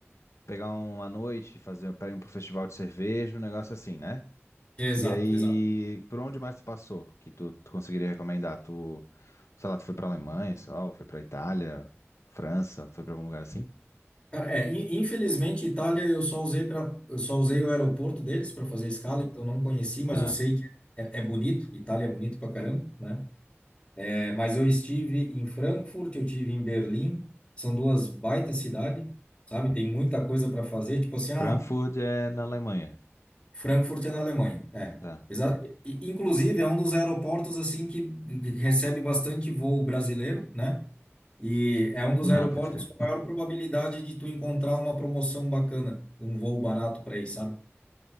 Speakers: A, on the left; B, on the left.
A: pegar uma noite, fazer para ir pro festival de cerveja, um negócio assim, né?
B: Exato,
A: E aí,
B: exato.
A: por onde mais tu passou que tu, tu conseguiria recomendar? Tu, sei lá, tu foi pra Alemanha, sei lá, ou foi pra Itália, França, foi pra algum lugar assim?
B: Cara, é, in- infelizmente, Itália eu só usei para, eu só usei o aeroporto deles para fazer escala, então não conheci, mas
A: Tá.
B: eu sei que é, é bonito. Itália é bonito pra caramba, né É, mas eu estive em Frankfurt, eu tive em Berlim, são duas baita cidades, sabe? Tem muita coisa para fazer, tipo assim, ah,
A: Frankfurt é na Alemanha.
B: Frankfurt é na Alemanha, é.
A: Tá.
B: Exa e- Inclusive é um dos aeroportos assim que recebe bastante voo brasileiro, né? E é um dos aeroportos
A: Ah, pode crer.
B: com maior probabilidade de tu encontrar uma promoção bacana, um voo barato para ir, sabe?